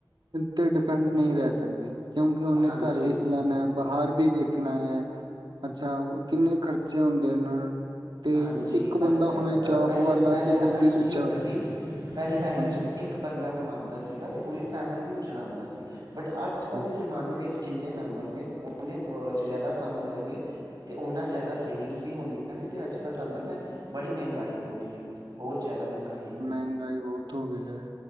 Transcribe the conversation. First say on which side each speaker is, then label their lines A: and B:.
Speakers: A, on the right; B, on the right.
A: ਤੇ ਡਿਪੈਂਡ ਨਹੀਂ ਰਹਿ ਸਕਦੇ ਕਿਉਂਕਿ ਉਹਨੇ
B: ਹਾਂਜੀ
A: ਘਰ ਵੀ ਸਲਾਣਾ ਹੈ ਬਾਹਰ ਵੀ ਦੇਖਣਾ ਹੈ ਅੱਛਾ ਓ ਕਿੰਨੇ ਖਰਚੇ ਹੁੰਦੇ ਨੇ। ਤੇ
B: ਹਾਂਜੀ
A: ਇੱਕ ਬੰਦਾ
B: ਪਤਾ
A: ਹੋਵੇ
B: ਹੈ, ਅ,
A: ਜਾਬ
B: ਪਹਿਲੇ
A: ਵਾਲਾ
B: ਪਹਿਲੇ
A: ਤੇ ਉਹਦੀ
B: ਟਾਈਮ 'ਚ
A: ਤੇ
B: ਕੀ ਹੁੰਦਾ
A: ਜੌਬ
B: ਸੀ ਪਹਿਲੇ ਟਾਈਮ
A: ਹਾਂਜੀ
B: ਚ ਇੱਕ ਬੰਦਾ ਕਮਾਉਂਦਾ ਸੀਗਾ ਤੇ ਪੂਰੀ ਫੈਮਲੀ ਨੂੰ ਚਲਾਉਂਦਾ ਦਾ ਸੀ। ਬਟ ਅੱਜ ਕੱਲ੍ਹ
A: ਹੂੰ
B: ਦੇ ਜ਼ਮਾਨੇ ਵਿੱਚ ਜਿੰਨੇ ਮੈਂਬਰ ਨੇ ਉਹਨੇ ਜ਼ਿਆਦਾ ਕੰਮ ਕਰਨਗੇ ਅਤੇ ਉਹਨਾਂ ਜ਼ਿਆਦਾ ਸੇਵਿੰਗਸ ਵੀ ਹੁੰਦੀਆਂ ਨੇ। ਤੇ ਅੱਜ ਕੱਲ੍ਹ ਤੁਹਾਨੂੰ ਪਤਾ ਹੈ ਬੜੀ ਮਹਿੰਗਾਈ ਹੋ ਗਈ ਏ ਬਹੁਤ ਜ਼ਿਆਦਾ। ਮਹਿੰਗਾਈ ਹੈ
A: ਮਹਿੰਗਾਈ ਬਹੁਤ ਹੋ ਗਈ ਹੈ।